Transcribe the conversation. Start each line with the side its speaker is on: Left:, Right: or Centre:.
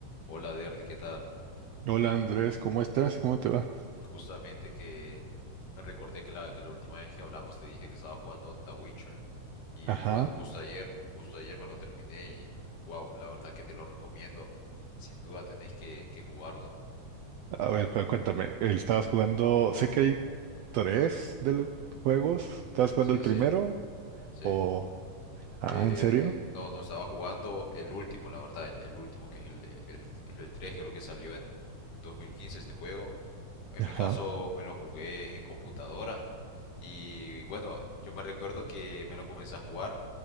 Left: Hola Derly, ¿qué tal?
Right: Hola Andrés, ¿cómo estás? ¿Cómo te va?
Left: Justamente que me recordé que la, que la última vez que hablamos te dije que estaba jugando The Witcher. Y
Right: Ajá.
Left: bueno, justo ayer, justo ayer me lo terminé y wow, la verdad que te lo recomiendo. Sin duda tenés que, que jugarlo.
Right: A ver, pero cuéntame, ¿estabas jugando? Sé que hay tres de los juegos. ¿Estabas jugando
Left: Sí,
Right: el primero?
Left: sí, sí.
Right: ¿O... Ah,
Left: Eh,
Right: ¿en serio?
Left: no, no estaba jugando el último, la verdad, el, el último que es el, el, es el 3, creo que salió en 2015 este juego. En
Right: Ajá.
Left: mi caso me lo jugué en computadora y bueno, yo me recuerdo que me lo comencé a jugar